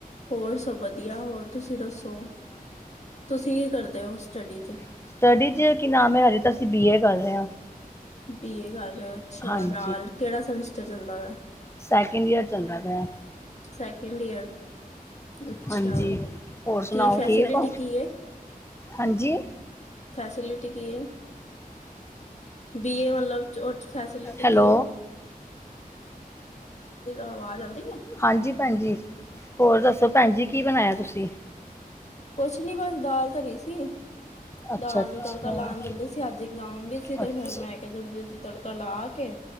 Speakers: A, on the left (about 45°); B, on the left (about 15°).
A: ਹੋਰ ਸਭ ਵਧੀਆ ਹੋਰ ਤੁਸੀਂ ਦੱਸੋ ਤੁਸੀਂ ਕੀ ਕਰਦੇ ਹੋ ਸਟੱਡੀ ਚ।
B: ਸਟੱਡੀ ਚ ਕੀ ਨਾਮ ਹੈ ਹਜੇ ਤਾ ਅਸੀ ਬੀ ਏ ਕਰ ਰਹੇ ਹਾ।
A: ਬੀ ਏ ਕਰ ਰਹੇ ਹੋ ਅੱਛਾ
B: ਹਾਂਜੀ
A: ਨਾਲ ਕਿਹੜਾ ਸਮੈਸਟਰ ਚੱਲਦਾ ਵਾ
B: ਸਕਿੰਡ ਜੀਅਰ ਚੱਲਦਾ ਪ
A: <inaudible> ਇੰਡੀਅਨ ਅੱਛਾ
B: ਹਾਂਜੀ। ਹੋਰ ਸੁਣਾਓ
A: ਕੀ ਫੈਸਿਲਿਟੀ
B: ਠੀਕ ਹੋ?
A: ਕੀ ਹੈ।
B: ਹਾਂਜੀ,
A: ਫੈਸਿਲਿਟੀ ਕੀ ਹੈ। ਬੀਏ ਮਤਲਬ ਉਹ 'ਚ ਫੈਸਿਲਿਟੀ
B: ਹੈਲੋ,
A: ਕੀ ਹੈ, ਆਵਾਜ਼ ਆਂਦੀ ਪਈ ਏ?
B: ਹਾਂਜੀ ਭੈਣਜੀ ਹੋਰ ਦੱਸੋ ਭੈਣ ਜੀ ਕੀ ਬਣਾਇਆ ਤੁਸੀਂ?
A: ਕੁਛ ਨੀ ਬਸ ਦਾਲ ਧਰੀ ਸੀ
B: ਅੱਛਾ,
A: ਦਾਲ
B: ਅੱਛਾ।
A: ਨੂੰ ਤੜਕਾ ਲਾਉਣ ਜਾਂਦੀ ਸੀ ਅੱਜ ਇਗਜਾਮ ਵੀ ਸੀ ਤੇ
B: ਅੱਛਾ,
A: ਫੇਰ ਮੈਂ ਕਿਹਾ ਜਲਦੀ ਜਲਦੀ ਤੜਕਾ ਲਾ ਕੇ,